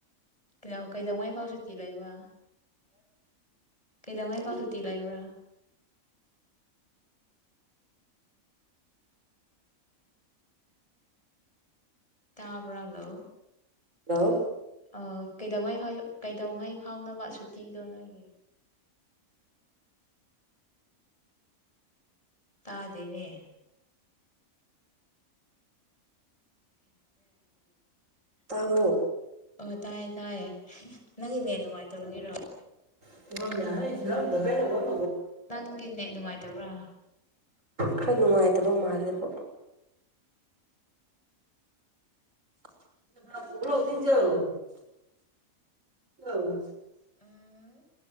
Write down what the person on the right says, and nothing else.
ꯀꯔꯤ
ꯍꯜꯂꯣ
ꯇꯥꯕ꯭ꯔꯣ
<unintelligible>
ꯈꯔ ꯅꯨꯡꯉꯥꯏꯇꯕ ꯃꯥꯜꯂꯦꯕꯣ <unintelligible> <unintelligible>